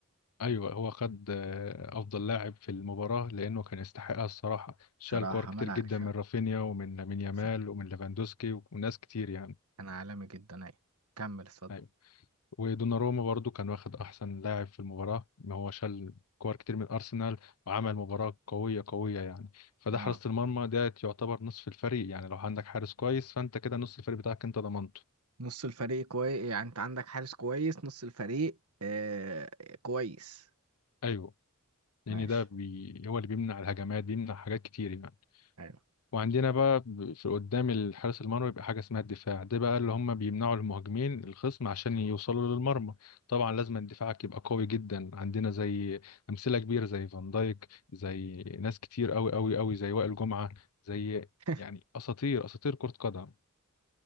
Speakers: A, on the left; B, on the right.
A: ايوه هو خد آه، افضل لاعب في المباراه لانه كان يستحقها الصراحه شال
B: بصراحة
A: كور كتير
B: منع
A: جدا
B: ش...
A: من رافينيا ومن لامين يامال
B: ش-
A: ومن ليفاندوسكي وناس كتير يعني
B: كان عالمي جدا ايوه كمل اتفضل
A: ايوه ودوناروما برضو كان واخد احسن لاعب في المباراه ما هو شال كور كتير من ارسنال وعمل مباراه قويه قويه يعني فده
B: اه
A: حراسه المرمى ده يعتبر نصف الفريق يعني لو عندك حارس كويس فانت كده نصف الفريق بتاعك انت ضمنته
B: نص الفريق كويس يعني انت عندك حارس كويس نص الفريق آه كويس
A: ايوه لان
B: ماشي
A: ده بي... هو اللي بيمنع الهجمات بيمنع حاجات كتير يعني
B: ايوه
A: وعندنا بقى ب- في قدام الحارس المرمى بيبقى حاجة اسمها الدفاع ده بقى اللي هم بيمنعوا المهاجمين الخصم عشان يوصلوا للمرمى طبعا لازم دفاعك يبقى قوي جدا عندنا زي أمثلة كبيرة زي فان دايك زي ناس كتير قوي قوي قوي زي وائل جمعة زي
B: <laughs>
A: يعني أساطير أساطير كرة قدم